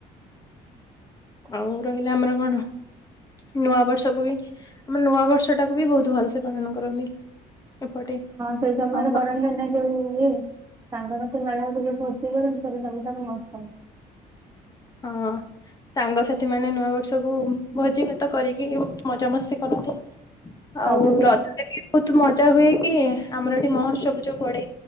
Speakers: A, on the right; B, on the left.
A: <inaudible>
B: ଆଉ ରହିଲା ଆମର କଣ ନୂଆ ବର୍ଷକୁ ବି ଆମ ନୂଆବର୍ଷ ଟାକୁ ବି ବହୁତ ଭଲସେ ପାଳନ କରନ୍ତି। ଏପଟେ
A: ସେଇ ସମୟରେ
B: ଆଉ
A: କରନ୍ତିନା ଯୋଉ ଇଏ ସାଙ୍ଗସାଥି ମେଳହେଇକି ଯୋଉ ଭୋଜି କରନ୍ତି ସେରା ସବୁଖାଲି ମଟନ୍। <inaudible>
B: ହଁ ସାଙ୍ଗସାଥି ମାନେ ନୂଆ ବର୍ଷକୁ ଭୋଜିଭାତ କରିକି ବହୁତ ମଜାମସ୍ତି କରନ୍ତି। ଆଉ
A: ସବୁ କ୍ଲାସ
B: ରଜ। <unintelligible> ବହୁତ ମଜା ହୁଏ କି ଆମର ଏଠି ମହୋତ୍ସବ ଯୋଉ ପଡ଼େ